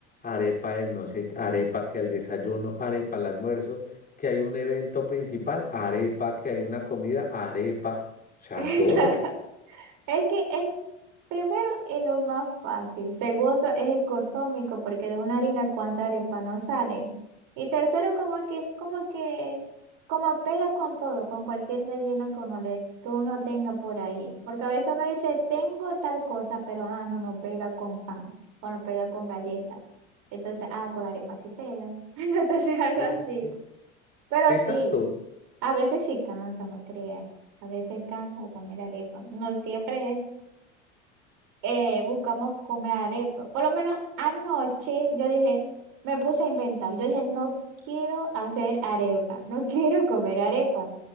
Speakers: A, on the left; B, on the right.
A: arepa el no sé, arepa que al desayuno, arepa al almuerzo, que hay un evento principal, arepa, que hay una comida, arepa, o sea,
B: Esa-
A: todo.
B: Es que es, Primero es lo más fácil. Segundo es económico porque de una harina cuánta arepa no sale. Y tercero como que es como que como pega con todo, con cualquier relleno que uno, le, que uno tenga por ahí. Porque a veces uno dice, tengo tal cosa, pero ah, no, no pega con pan o no pega con galleta. Entonces, ah, con la arepa sí pega. <laughs> Entonces algo
A: Sí.
B: así. Pero
A: Exacto.
B: sí, a veces sí cansa, no creas. A veces cansa de comer arepa. No siempre es eh, buscamos comer arepa. Por lo menos anoche yo dije, me puse a inventar. Yo dije, no quiero hacer arepa, no <laughs> quiero comer arepa.